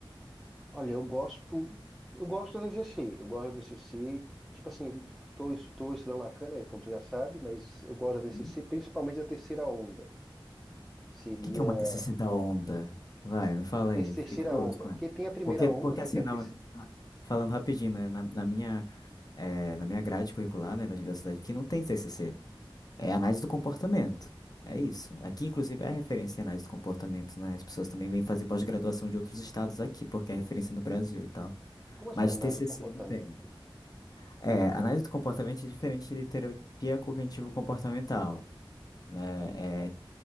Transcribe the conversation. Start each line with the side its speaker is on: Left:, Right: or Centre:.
Centre: Olha, eu gosto, eu gosto da DCC, eu gosto da DCC, tipo assim, eu estou estou estudando Lacan, né, como você já sabe, mas eu gosto da DCC
Left: Uhum. O
Centre: principalmente da terceira onda, que seria
Left: que que é uma TCC da onda? Vai, me fala aí,
Centre: essa
Left: eu
Centre: terceira
Left: fiquei curioso
Centre: onda,
Left: com
Centre: porque
Left: ela.
Centre: tem a primeira
Left: Porque,
Centre: onda,
Left: porque
Centre: né,
Left: assim,
Centre: que é a
Left: na-
Centre: terceira,
Left: na- falando rapidinho, né, na, na minha, eh, na minha grade curricular, né, da universidade, que não tem TCC. É análise do comportamento. É isso. Aqui, inclusive, é a referência em análise do comportamento, né? As pessoas também vêm fazer pós-graduação de outros estados aqui, porque é referência no Brasil e tal.
Centre: como assim,
Left: Mas
Centre: análise
Left: TCC
Centre: do comportamento?
Left: não tem. É, análise do comportamento é diferente de terapia cognitivo-comportamental, né? É,